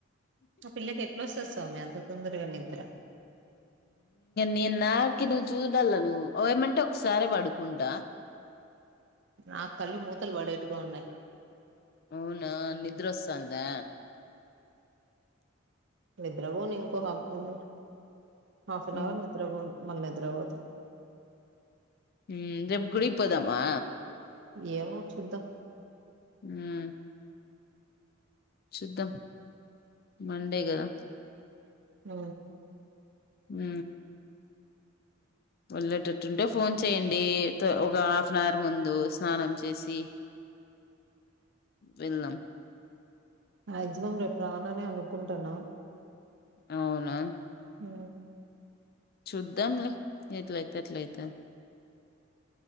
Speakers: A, on the right; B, on the left.
A: ఆ పిల్లకెట్లోస్తది స్వామి అంత తొందరగా నిద్ర
B: నేను నాకి నువ్వు చూడాల నువ్వు ఏమంటే ఒకసారె పడుకుంటా
A: నా కళ్ళు మూతలు పడేట్టుగా ఉన్నాయ్
B: అవునా నిద్రొస్తాందా
A: నిద్ర పోను ఇంకో హఫ్ నవర్ హాఫనవర్
B: ఉమ్
A: నిద్ర పోను మళ్ళ నిద్రపోతే
B: మ్ రేప్ గుడిక్ పోదామా
A: ఏమో చూద్దాం
B: ఉమ్ చూద్దాం మండే కదా
A: మ్
B: మ్ వెళ్ళేటట్టుంటే ఫోన్ చేయండి ఒక హాఫ్ అనావర్ ముందు స్నానం చేసి వెళ్దాం
A: మ్యాక్సిమం రేప్ రాననే అనుకుంటున్నా
B: అవునా
A: మ్
B: చూద్దాం లే ఎట్లయితే అట్లయితది